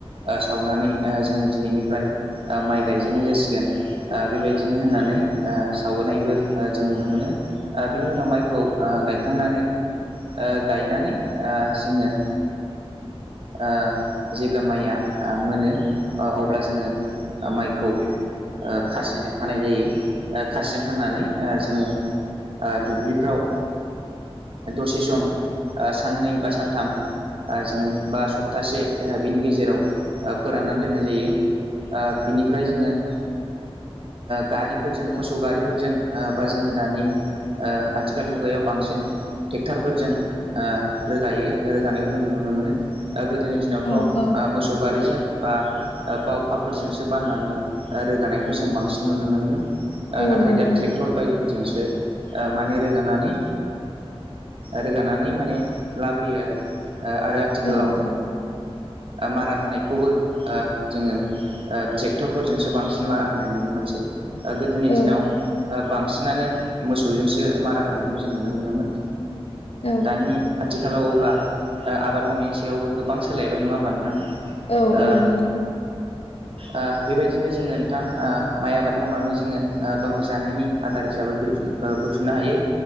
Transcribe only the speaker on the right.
ओ सावनानै ओ जोङो दिनैनिफ्राय ओ माइ गाय जेननाय जासिगोन ओ बेबायदिनो होननानै सावबोनायबो जों नुनो मोनो ओ बिनि उनाव माइखौ ओ गायखांनानै ओ गायनानै जोङो ओ जेब्ला माइया ओ मोनो ओ अब्ला जोङो माइ खौ ओ खासिजों हानाय जायो खासिजों हानानै ओ जोङो दुब्लिफ्राव दसे सम साननै बा सानथाम जोङो बा सप्तासे बिनि गेजेराव फोराननानै दोननाय जायो बिनिफ्राय जोङो गारिफोरजों मोसौ गारिफोरजों बा जोङो दानि ओ आथिखाल मुगायाव बांसिन ट्रेक्टरफोरजों रोगायो रोगानायखौ जों नुनो मोनो गोदोनि दिनावथ'
मोसौ गारिजों बा बावखाफोरजोंसो बाननानै रोगानायखौ जों बांसिन नुनो मोनोमोन
नाथाय
दा ट्रेक्टर बायदिफोरजोंसो माने रोगानानै रोगानानै माने लाबोयो आरो आरो आथिखालाव
मारा होनायखौबो जोङो ओ ट्रेक्टरफोरजोंसो बांसिन मारा होनाय नुनो मोनसै गोदोनि
दिनाव बांसिनानो मोसौजोंसो मारा होनायखौ जों नुनो मोनोमोन
दानि आथिखालाव अब्ला आबाद मावनायनि सायावबो गोबां सोलायबाय नङा होमबा नोंथां
ओ
ओ बेबायदिनो जोङो नोंथां माइ आबाद मावनानै जोङो ओ गावनि जानायनि आदार हिसाबै बथुम ओ बुथुमनो हायो